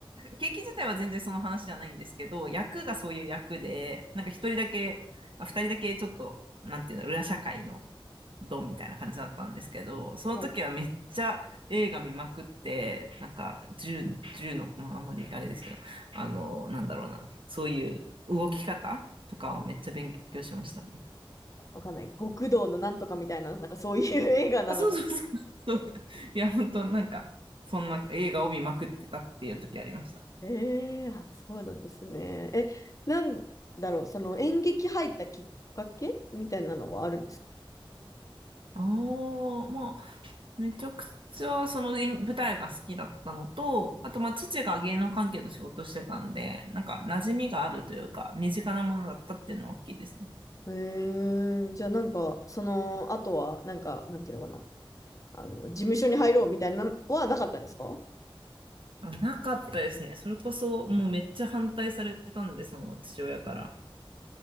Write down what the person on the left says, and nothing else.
い
わかんない。極道のなんとかみたいな、なんかそういう映画なの
ええあ、そうなんですね。え、なんだろう、その演劇入ったきっかけみたいなのはあるんですか
ええじゃあなんか、その、あとは、なんか、なんていうのかな、あの、事務所に入ろうみたいなのはなかったんですか